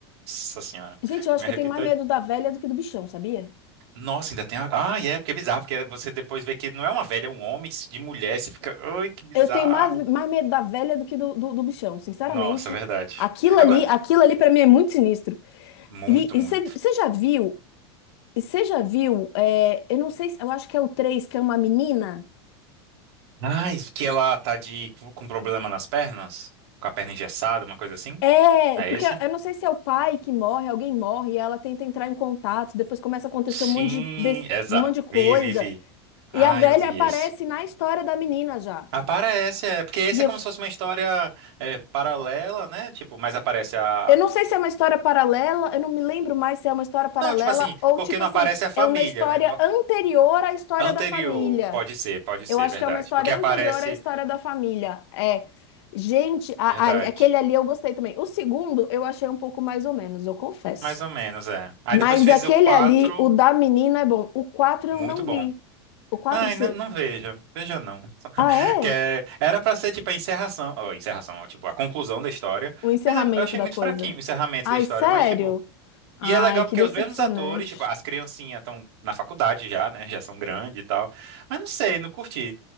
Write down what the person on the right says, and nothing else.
Nossa senhora.
Me arrepio
Nossa, ainda tem a... Ah, é, porque é bizarro, porque você depois vê que não é uma velha, é um homem de mulher, você fica, ai, que bizarro.
Nossa, é verdade.
Agora,
muito,
muito.
Ai, que ela tá de com com problema nas pernas, com a perna engessada, uma coisa assim?
É
esse?
Sim,
exato.
Vi, vi, vi. Ah,
eu vi
esse.
Aparece, é, porque esse
é
como
se fosse uma história é, paralela, né? Tipo, mas aparece a
Não, tipo assim,
porque
não
aparece a família,
né?
Anterior,
pode ser, pode ser,
verdade.
Porque aparece,
verdade.
Mais ou menos, é. Aí
depois fez
o 4,
muito
bom.
Ai,
não, não veja, veja não. <laughs>
Que é- era pra ser tipo a encerração, ó, encerração, ó, tipo a conclusão da história,
mas eu eu achei
muito
fraquinho o encerramento
da história,
mas tipo,
e é legal
porque
os mesmos atores, tipo, as criancinhas estão na faculdade já, né, já são grandes e tal, mas não sei, não curti.